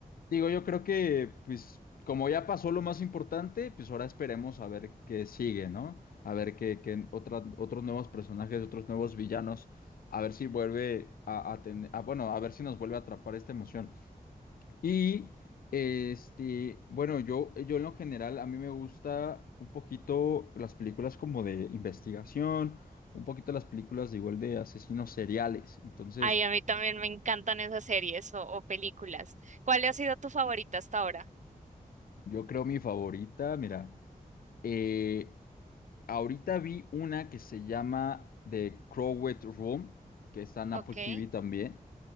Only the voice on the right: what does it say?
Ay, a mí también me encantan esas series o, o películas. ¿Cuál ha sido tu favorita hasta ahora?
Ok,